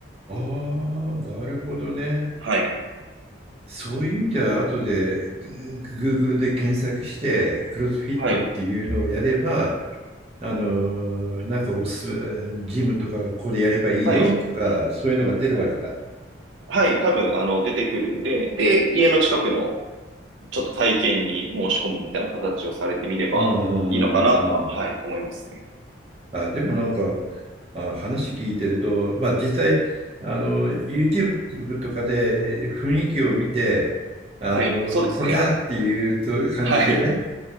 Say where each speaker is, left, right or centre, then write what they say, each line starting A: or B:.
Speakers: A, on the right (about 30°); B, on the right (about 75°).
A: うん。ああ、なるほどね。
B: はい。
A: そういう意味では、後でグ Google で検索して、クロスフィットっていうのをやれば、
B: はい。
A: あのーなんかおすすめ、ジムとかここでやればいいよとか、
B: はい。
A: そういうのが出るわけだ。
B: はい。多分、あの、出てくるんで、で、家の近くのちょっと体験に申し込むみたいな形をされてみればいいのかなとは、
A: うんうんうんうんうん。
B: はい、思いますね。
A: あ、でもなんか、あ、話聞いてると、まあ実際、あの、YouTube とかで雰囲気を見て、あの、
B: はい。そうですね。
A: これだっていうと感じでね、
B: はい。